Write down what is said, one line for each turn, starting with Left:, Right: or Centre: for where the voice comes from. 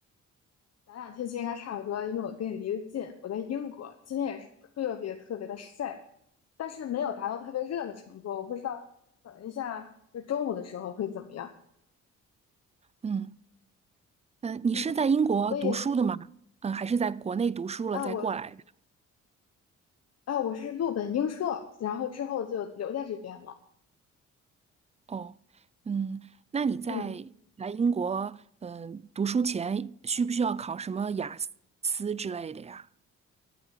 Left: 咱俩天气应该差不多，因为我跟你离得近，我在英国，今天也是特别特别的晒，但是没有达到特别热的程度。我不知道，等一下就中午的时候会怎么样。
Right: 嗯嗯，呃你是在英国读书的吗？
Left: 嗯，所以
Right: 嗯，还是在国内读书了再过来的？
Left: 啊，我啊，我是陆本英硕，然后之后就留在这边了。
Right: 哦，嗯，那你在来英国嗯读书前需不需要考什么雅思之类的呀？
Left: 嗯。